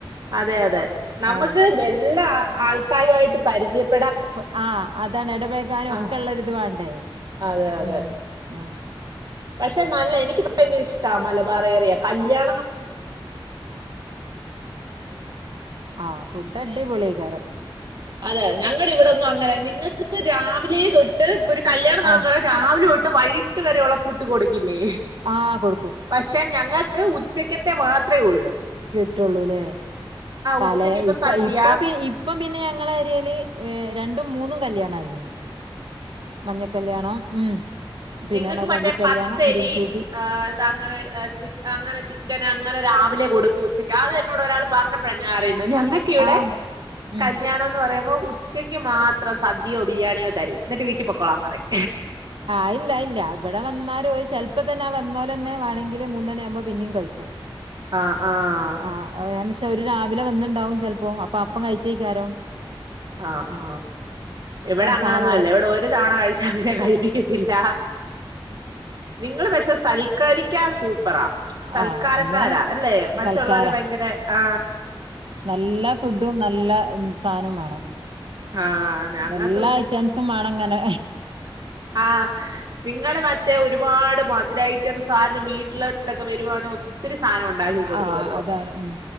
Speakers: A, on the right (about 45°); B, on the right (about 70°).
A: അതെ അതെ നമുക്ക്
B: ആഹ്
A: എല്ലാ ആ ആൾ <inaudible> കാരുവായിട്ട് <unintelligible>
B: പ്പെ ആ അതാണ് എടപേഴകാനും
A: ആ
B: ഒക്കെ ഒള്ളരിത് വേണ്ടേ
A: അതെ അതെ
B: ഉം ആ
A: പക്ഷെ നല്ല എനിക്ക് ഭയങ്കര ഇഷ്ടാ മലബാർ ഏറിയ കല്യാ
B: ആ ഫുഡ് അല്ലെ പൊളികാരം
A: അതെതെ ഞങ്ങുടെ ഇവിടെന്നും അങ്ങനെ നിങ്ങക്ക് രാവിലെ തൊട്ട് ഒരു കല്യാണം നടത്തുവാണേ
B: ആഹ്
A: രാവിലെ തൊട്ട് വൈയിട്ട് വരെയുള്ള ഫുഡ് കൊടു ക്കില്ലേ
B: ആഹ് കൊടുക്കും
A: പക്ഷെ ഞങ്ങൾക്ക് ഉച്ചക്കത്തെ മാത്രേ ഒള്ള്
B: കിട്ടൊള്ളൂല്ലേ തലേ
A: ഉച്ചക്ക് ഇപ്പൊ
B: ഇപ്പ
A: സദ്യ
B: ഇപ്പം ഇപ്പം പിന്നെ ങ്ങളെരിയേല് രണ്ടും മൂന്നും കല്യാണയിന് മഞ്ഞ കല്യാണം ഉം പിന്നെ
A: നിങ്ങളൾക്ക്
B: മൈലാഞ്ചി
A: മറ്റേ
B: കല്യാണം
A: പത്തരി
B: ഗ്രൂം ട്യൂബി
A: ആ എന്താ അങ്ങനെ അ അങ്ങനെ ചി ക്കനങ്ങനെ രാവിലെ കൊടുക്കും ഉച്ചയ്ക്ക് അത് എന്നോട് ഒരാൾ പറഞ്ഞപ്പോഴ ഞാൻ അറിയിന് ഞങ്ങൾക്കിവിടെ
B: ആഹ് ഉം
A: കല്യാണംന്ന് പറയു മ്പോ ഉച്ചയ്ക്ക് മാത്രം സദ്യയോ ബിരിയണിയോ തരും എന്നിട്ട് വീട്ടിൽ പൊക്കോളാൻ പറയും
B: അയ്ണ്ടായില്ല ഇവിടെ വന്നാലോല് ചെലപ്പോ തന്നെ ആ വന്നോല് തന്നെ വേണങ്കില് മൂന്നണിയാവുമ്പോ പിന്നെ കഴിക്കും
A: ആഹ് ആഹ്
B: ആ ന്ത്ച്ചാ ഒരു രാ വിലെ വന്നുണ്ടാവും ചെലപ്പോ അപ്പൊ അപ്പം കഴിച്ചേക്കാരോ
A: ആ ആ ഇവിടെ അങ്ങനൊന്നു
B: സാധ
A: അല്ല ഇവിടെ ഒരു തവണ കഴിച്ച പിന്നെ കഴിപ്പിക്കത്തില്ല നിങ്ങള് പക്ഷെ സൽക്കരിക്കാൻ സൂപ്പറാ സൽക്കാരക്കാരാ
B: ആഹ് അന്ന്
A: അല്ലേ മറ്റുള്ളവരെ
B: സൽക്കാരാ
A: ഭയങ്കര ആ
B: നല്ല ഫുഡും നല്ല സാനോം വേണം
A: ആഹ് ഞങ്ങൾക്ക്
B: എല്ലാ ഐറ്റംസും വേണംങ്ങനെ
A: ആ നിങ്ങള് മറ്റേ ഒരുപാട് മധുര ഐറ്റംസ് ആരെലും വീട്ടിലോ ട്ടൊക്കെ വരുവാണേ ഒത്തിരി സാധനം ഒണ്ടാക്കി കൊടുക്കുവല്ലോ
B: ആഹ് അതാണ് ഉം